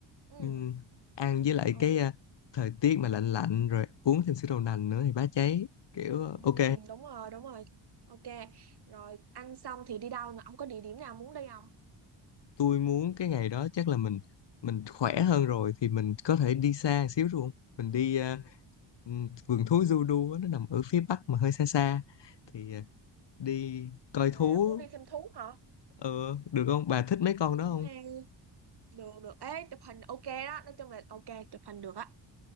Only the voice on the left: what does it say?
Ừm, ăn với lại
cái à, thời tiết mà lạnh lạnh rồi uống thêm sữa đậu nành nữa thì bá cháy kiểu ờ,
ok
tôi muốn cái ngày đó chắc là mình mình khỏe hơn rồi thì mình có thể đi xa xíu đúng không mình đi à, ừm, vườn thú Zudu á, nó nằm ở phía bắc mà hơi xa xa thì à, đi coi
thú
ờ, được không bà thích mấy con đó
không